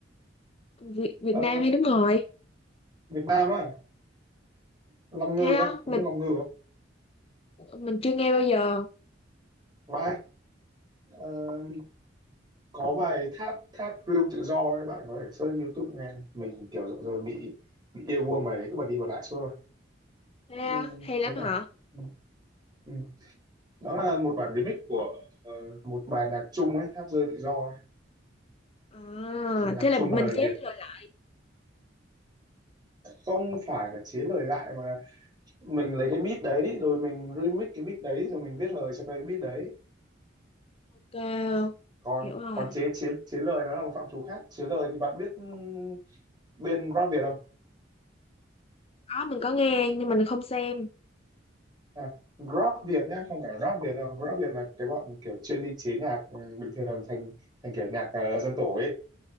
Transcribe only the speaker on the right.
Ờ,
Việt Nam á, Long Ngư
á, không
biết Long Ngư không?
Vãi, ờ, có bài Tháp Tháp Real Tự Do ấy, bạn có thể search YouTube nghe. Mình kiểu dạo giờ bị bị yêu guông bài đấy cứ bật đi bật lại suốt rồi.
Ừ,
đấy là
ừ, ừ. Đó là một bản remix của ờ, một bài nhạc Trung ấy, Tháp Rơi Tự Do ấy.
Nhạc
Trung
lời
Việt
không phải là chế lời lại mà là mình lấy cái beat đấy rồi mình remix cái beat đấy rồi mình viết lời cho cái beat đấy
còn
còn chế chế chế lời nó là một phạm trù khác chế lời thì bạn biết ừm, bên rap Việt không
à, rap Việt nhá không phải rap Việt đâu rap Việt là cái bọn kiểu chuyên đi chế nhạc ừ, bình thường thành thành kiểu nhạc ờ, dân tổ ấy